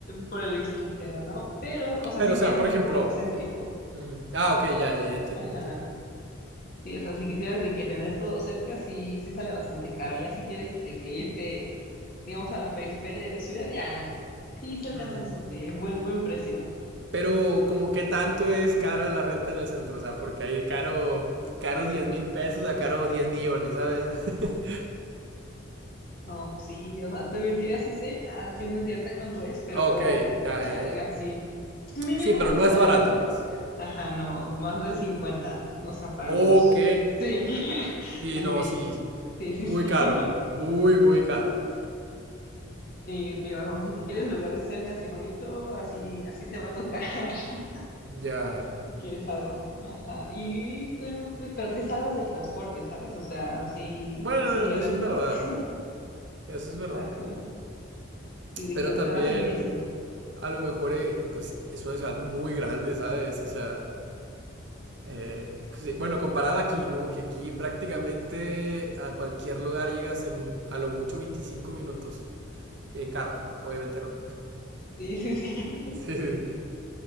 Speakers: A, on the left; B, on the right.
A: por el extranjero, ¿no? Pero, o sea,
B: Pero,
A: si
B: o sea,
A: quieres
B: por
A: vivir
B: ejemplo...
A: como céntrico,
B: mm, ah, ok, ya, ya, ya entiendo,
A: ajá,
B: entiendo.
A: sí, o sea, si quisieras de que tener todo cerca, sí, sí sale bastante caro, ya si quieres de que irte, digamos, a la periferia de la ciudad, ya, sí, sí alcanzas
B: Mm,
A: este buen, buen precio.
B: Pero como qué tanto es cara la renta en el centro, o sea, porque ahí caro, caro diez mil pesos a caro 10 millones, ¿sabes? <laughs>
A: No, sí, o sea, te mentiría si sé a ciencia cierta cuánto es, pero
B: Ok, ya, ya,
A: ah,
B: ya.
A: así, mínimo,
B: Sí, pero no
A: o sea,
B: es barato,
A: el-
B: pues.
A: ajá, no, más de 50 o sea, para
B: Ok.
A: los, sí, <laughs>
B: Sí,
A: al
B: no,
A: mes,
B: sí.
A: sí, sí,
B: Muy
A: sí,
B: caro.
A: <laughs>
B: Muy, muy caro.
A: sí, te digo, si quieres lugares cercas y bonito, así, así te va a tocar, <laughs>
B: Ya.
A: quieres algo, ajá, y bueno, pe- pero te salvas del transporte, ¿sabes? O sea, si,
B: Bueno,
A: si
B: eso
A: rentas,
B: es verdad.
A: <laughs>
B: Eso es verdad.
A: exacto, sí, de
B: Pero
A: que
B: también,
A: te vas en bici,
B: a lo mejor, eh, pues es una ciudad muy grande, ¿sabes? O sea, eh, sí, bueno, comparada aquí, ¿no? Que aquí prácticamente a cualquier lugar llegas en a lo mucho 25 minutos. En carro, obviamente, ¿no?
A: sí, sí, sí.
B: <laughs> sí.